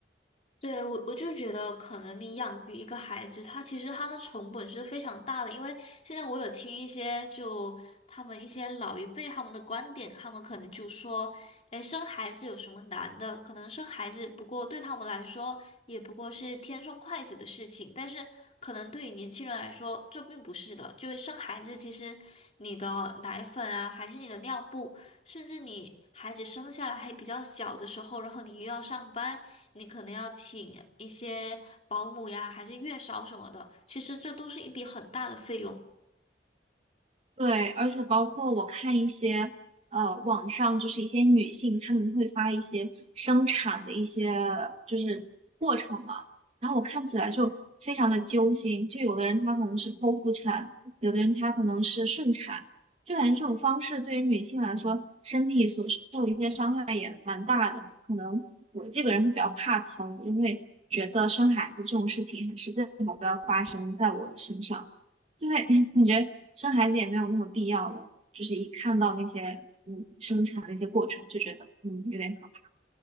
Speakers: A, on the left; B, on the right.
A: 对，我我就觉得，可能你养育一个孩子，他其实他的成本是非常大的。因为现在我有听一些就他们一些老一辈他们的观点，他们可能就说，哎，生孩子有什么难的？可能生孩子不过对他们来说，也不过是天生筷子的事情。但是可能对于年轻人来说，这并不是的。就是生孩子，其实你的奶粉啊，还是你的尿布，甚至你孩子生下来还比较小的时候，然后你又要上班。你可能要请一些保姆呀，还是月嫂什么的，其实这都是一笔很大的费用。
B: 对，而且包括我看一些呃网上就是一些女性，她们会发一些生产的一些就是过程嘛，然后我看起来就非常的揪心，就有的人她可能是剖腹产，有的人她可能是顺产，就感觉这种方式对于女性来说，身体所受的一些伤害也蛮大的。可能我这个人会比较怕疼，因为觉得生孩子这种事情还是最好不要发生在我身上。对，<laughs> 感觉生孩子也没有那么必要了，就是一看到那些嗯生产的一些过程，就觉得嗯有点可。